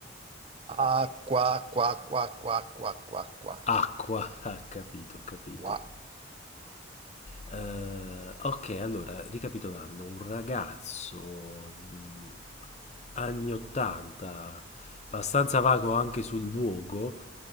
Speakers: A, on the right; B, on the left.
A: Ah, qua, qua, qua, qua, qua, qua, qua.
B: acqua, <laughs> ha capito, ho capito.
A: Qua.
B: Eh, ok, allora, ricapitolando, un ragazzo mh, anni 80, abbastanza vago anche sul luogo,